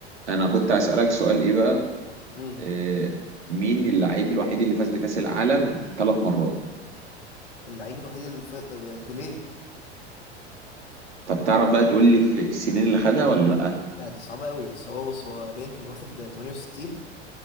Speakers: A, on the right (about 80°); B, on the left (about 85°).
A: انا كنت هسألك سؤال ايه بقى
B: امم
A: آه، مين اللعيب الوحيد اللي فاز بكأس العالم ثلاث مرات
B: اللعيب الوحيد اللي ف... آه، بيليه
A: طب تعرف بقى تقول لي في السنين اللي خدها ولا
B: لا دي صعبة قوي بس هو بص هو باين كان واخد 68